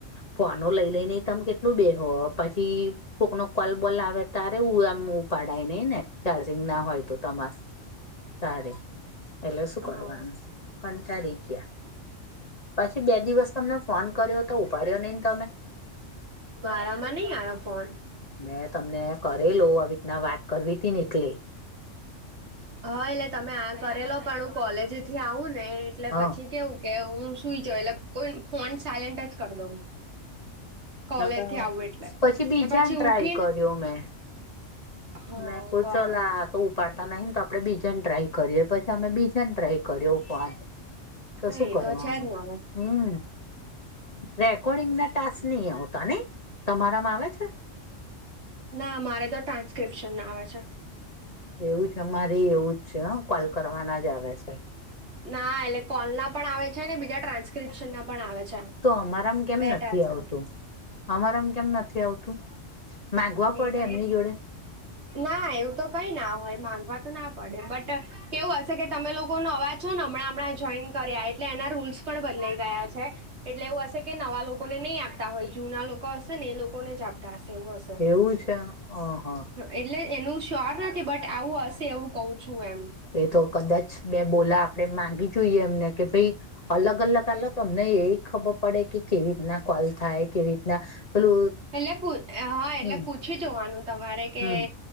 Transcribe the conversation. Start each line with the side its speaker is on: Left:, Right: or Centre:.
Left: ફોનો લઈ લઈ
Right: રહી.
Left: ને તમ કેટ કેટલું બેહો પછી કોક નો કોલ બોલ આવે ત્યારે આમ ઉપાડાય નહી ને ચાર્જિંગ ના હોય. તો તમાર તારે એટલે શું
Right: હા
Left: કરવાનું કંટારી ગયા. પછી બે દિવસ તમને ફોન કર્યો તો ઉપાડ્યો નઈ ન તમે?
Right: મારામાં નહી આયો ફોન.
Left: મેં તમને કરેલો આવી રીતના વાત કરવી તીને એટલે.
Right: હા એટલે તમે આ કરેલો પણ હું કોલેજથી આવું ને એટલે
Left: હ
Right: પછી કેવું કે હું સુઈ જઉં એટલે કોઈન ફોન સાયલેન્ટ જ કર દઉં. કોલેજથી
Left: નકા
Right: આવું એટલે.
Left: પછી બીજાને
Right: ને પછી
Left: ટ્રાય
Right: ઉઠીને
Left: કર્યો મેં.
Right: હા
Left: મેં કુછ
Right: બરાબર.
Left: ઓલા તો ઉપાડતા નહી ને તો આપડે બીજાને ટ્રાય કરીએ પછી અમે બીજાને ટ્રાય કર્યો ફોન. તો
Right: હા
Left: શું
Right: એ
Left: કરવાનું.
Right: છે જ ને હવે
Left: હમ રેકોર્ડિંગના ટાસ્ક નહિ આવતા નહીં? તમારામાં આવે છે?
Right: ના મારે તો ટ્રાન્સ્ક્રિપ્શનના આવે છે.
Left: એવું છે અમારે એવું જ છે હહ. કોલ કરવાના જ આવે સે.
Right: ના એટલે કોલના પણ આવે છે, અને બીજા ટ્રાન્સ્ક્રિપ્શનના પણ આવે છે.
Left: તો અમારામ કેમ
Right: બે
Left: નથી
Right: ટાસ્ક
Left: આવતું? અમારામ કેમ નથી આવતું? માગવા પડે
Right: એ તમને
Left: એમની જોડે
Right: ના એવું તો કઈ ના હોય માંગવા તો ના પડે બટ કેવું હશે કે તમે લોકો નવા છો ને હમણાં હમણાં જોઈન કર્યા એટલે એના રૂલ્સ પણ બદલાઈ ગયા છે. એટલે એવું હશે કે નવા લોકો ને નહીં આપતા હોય જૂના લોકો હશે ને એ લોકોને જ આપતા હશે એવું હશે.
Left: એવું છે? અ હહ
Right: હહ એટલે એનું શ્યોર નથી બટ આવું હશે એવું કઉ છું એમ.
Left: એ તો કદાચ બે બોલા આપણેે માંગી જોઈએ એમને કે ભઈ અલગ અલગ આલો તો અમને એ ખબર પડે કે કેવી રીતના કોલ થાય, કેવી રીતના પેલું
Right: હમ એટલે પૂ હા
Left: હમ
Right: એટલે પૂછી જોવાનું તમારે કે
Left: હમ